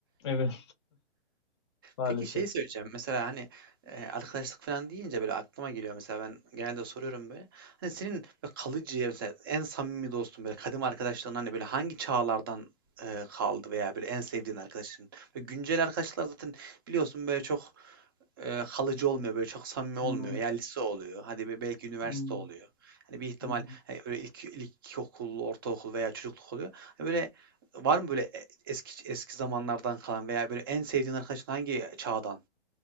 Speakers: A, on the left; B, on the right.
A: Evet, <laughs>
B: Peki
A: maalesef.
B: şey söyleyeceğim. Mesela hani e, arkadaşlık falan deyince böyle aklıma geliyor. Mesela ben genelde soruyorum böyle. Hani senin böyle kalıcı mesela en samimi dostun böyle kadim arkadaşların hani böyle hangi çağlardan e, kaldı veya böyle en sevdiğin arkadaşın. Böyle güncel arkadaşlar zaten biliyorsun böyle çok e, kalıcı olmuyor böyle çok samimi olmuyor.
A: Hmm,
B: Ya lise oluyor. Hadi be- belki üniversite
A: hmm,
B: oluyor. Hani bir ihtimal
A: hmm.
B: hani böyle ilk ilkokul, ortaokul veya çocukluk oluyor. Hani böyle var mı böyle e- eski eski zamanlardan kalan veya böyle en sevdiğin arkadaşın hangi çağdan?